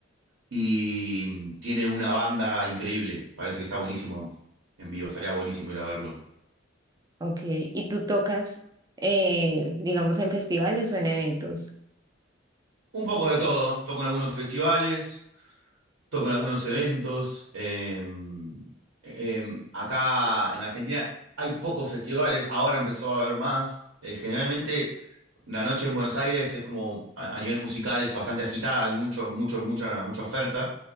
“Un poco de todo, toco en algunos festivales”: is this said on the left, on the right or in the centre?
Right